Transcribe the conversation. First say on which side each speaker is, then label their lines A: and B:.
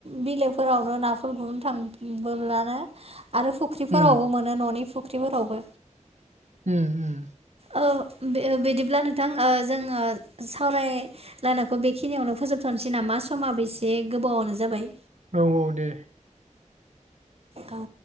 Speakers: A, on the right (about 50°); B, on the right (about 65°).
A: बिलइफोरावनो नाफोर गुरनो थांबोलानो आरो फुख्रिफोरावबो
B: उम
A: मोनो न'नि फुख्रिफोरावबो।
B: उम उम
A: औ बिदिब्ला नोंथां ओ जोङो सावराय लानाखौ बेखिनियावनो फोजोबथ'नोसै नामा? समाब बेसे गोबावनो जाबाय।
B: औ औ दे।
A: औ।